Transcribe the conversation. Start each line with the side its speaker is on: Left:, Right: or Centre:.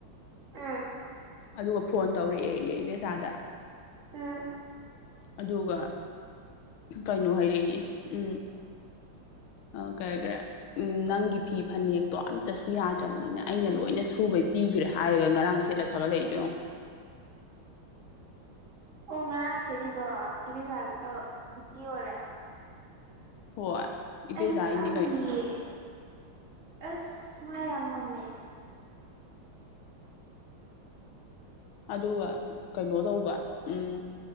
Right: ꯎꯝ
Left: ꯑꯗꯨ꯫ ꯐꯣꯟ ꯇꯧꯔꯛꯑꯦ ꯑꯩ ꯏ ꯕꯦꯆꯥꯥꯗ
Right: ꯎꯝ
Left: ꯑꯗꯨꯒ꯫ ꯀꯩꯅꯣ ꯍꯥꯏꯔꯛꯦ ꯎꯝ꯫ ꯑ ꯀꯦ ꯀ꯭ꯔꯦ꯫ ꯎꯝ ꯅꯪꯒꯤ ꯐꯤ ꯐꯅꯦꯛꯇꯣ ꯑꯝꯇꯁꯨ ꯌꯥꯗ꯭ꯔꯕꯅꯤꯅ ꯑꯩꯅ ꯂꯣꯏꯅ ꯁꯨꯕꯩ ꯄꯤꯈ꯭ꯔꯦ ꯍꯥꯏꯔꯒ ꯉꯔꯥꯡ ꯁꯦꯠꯂ꯫ ꯊꯥꯒꯠ ꯂꯛꯏꯗꯨ ꯌꯦꯡꯎ꯫ <inaudible>
Right: ꯑꯣ ꯉꯔꯥꯡꯁꯦꯗꯤꯗꯣ ꯏꯕꯦꯖꯥꯛꯒꯤ ꯑꯣꯏꯔꯦ꯫
Left: ꯍꯣꯏ꯫ ꯏꯕꯦꯆꯥꯒꯤꯅꯤ
Right: ꯑꯩꯗꯤ ꯈꯪꯗꯤꯌꯦ
Left: ꯀꯩꯅꯣ
Right: ꯑꯁ ꯃ ꯌꯥꯝ ꯉꯝꯃꯦ꯫
Left: ꯑꯗꯨꯒ ꯀꯩꯅꯣ ꯇꯧꯕ ꯎꯝ